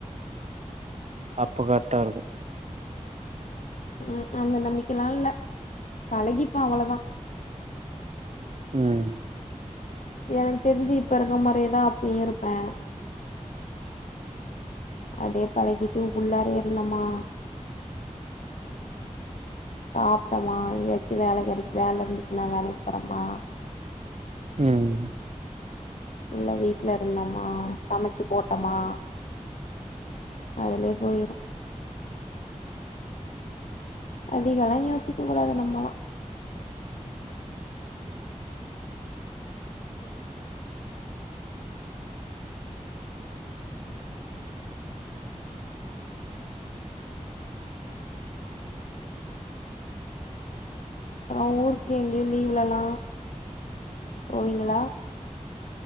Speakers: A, on the right (about 60°); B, on the left (about 75°).
A: அப்ப கர்ட்டா இருக்கும்
B: ம் அந்த நம்பிக்கல்லா இல்ல பழகிப்போ அவ்ளதா
A: ம்
B: எனக்கு தெரிஞ்சி இப்ப இருக்க மாரியே தா அப்பயு இருப்பே அப்டியே பழகிட்டு உள்ளார இருந்தமா சாப்டமா எங்கயாச்சும் வேல கெடகுத வேல இருந்துச்சுன்னா வேலைக்கு போறமா
A: ம்
B: இல்ல வீட்ல இருந்தோமா சமச்சி போட்டமா அதலே போய்ரும் அதிகலா யோசிக்க கூடாது நம்மலா அப்றம் ஊருக்கு எங்கேயும் லீவ்லலா போவீங்களா